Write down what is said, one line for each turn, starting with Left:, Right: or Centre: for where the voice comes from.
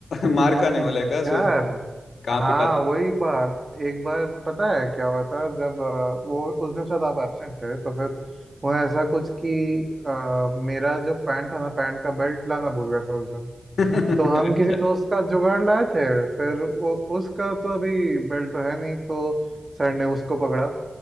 Left: <laughs> मार खाने वाले का सोच
Right: यार
Left: कर कहाँ
Right: हाँ
Left: पिटा दिया?
Right: वही बात एक बार पता है क्या हुआ था जब अ, वो उस दिन शायद आप एब्सेंट थे तो फिर वो ऐसा कुछ कि अ, मेरा जो पैंट था ना पैंट का बेल्ट लाना भूल गया था उस दिन
Left: <laughs>
Right: तो हम
Left: अच्छा
Right: किसी दोस्त का जुगाड़ लाए थे फिर उ, उसका तो अभी बेल्ट तो है नहीं तो सर ने उसको पकड़ा